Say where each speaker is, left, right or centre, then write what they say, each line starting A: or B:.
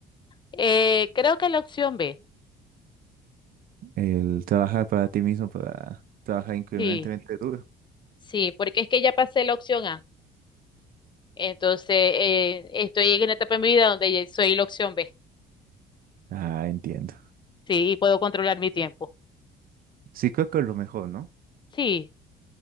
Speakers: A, on the left; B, on the right.
A: Eh, creo que la opción B.
B: El trabajar para ti mismo para trabajar increíblemente
A: Sí,
B: duro.
A: sí, porque es que ya pasé la opción A. Entonces, eh, estoy en una etapa de mi vida donde ya soy la opción B,
B: Ah, entiendo.
A: sí, y puedo controlar mi tiempo.
B: Sí, creo que es lo mejor, ¿no?
A: Sí,